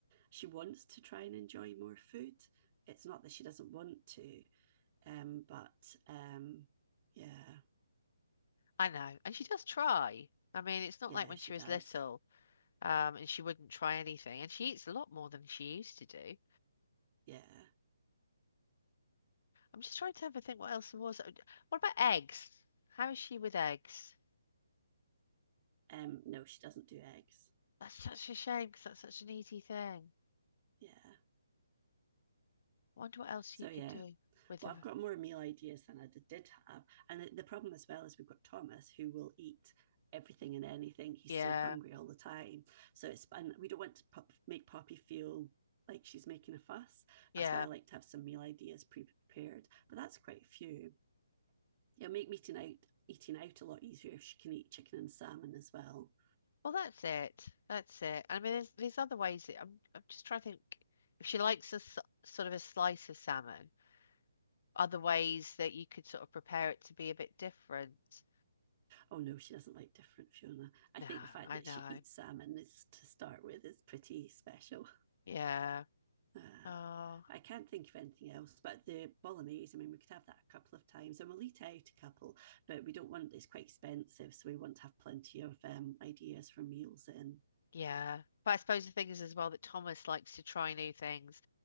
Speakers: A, on the right; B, on the left.
A: she wants to try and enjoy more food. It's not that she doesn't want to, um, but um, yeah,
B: I know. And she does try. I mean, it's not
A: yeah,
B: like when
A: she
B: she
A: does.
B: was little, um, and she wouldn't try anything. And she eats a lot more than she used to do.
A: Yeah.
B: I'm just trying to have a think what else there was. Uh, What about eggs? How is she with eggs?
A: Um, no, she doesn't do eggs.
B: That's such a shame because that's such an easy thing.
A: Yeah.
B: I wonder what else
A: So
B: you could
A: yeah,
B: do with
A: Well,
B: a
A: I've got more meal ideas than I did, have. And the- problem as well is we've got Thomas who will eat everything and anything. He's
B: Yeah,
A: so hungry all the time. So it's, and we don't want to pop, make Poppy feel like she's making a fuss.
B: yeah.
A: That's why I like to have some meal ideas pre-prepared, but that's quite a few. It'll make eating out, eating out a lot easier if she can eat chicken and salmon as well.
B: Well, that's it. That's it. I mean, there's there's other ways. that- I'm I'm just trying to think if she likes a s- sort of a slice of salmon, other ways that you could sort of prepare it to be a bit different.
A: Oh no, she doesn't like different Fiona. I
B: No,
A: think the fact
B: I
A: that
B: know.
A: she eats salmon is to start with is pretty special.
B: Yeah.
A: Uh,
B: Oh,
A: but I can't think of anything else. But the bolognese, I mean, we could have that a couple of times and we'll eat out a couple, but we don't want it's quite expensive. So we want to have plenty of um, ideas for meals in.
B: yeah. But I suppose the thing is as well that Thomas likes to try new things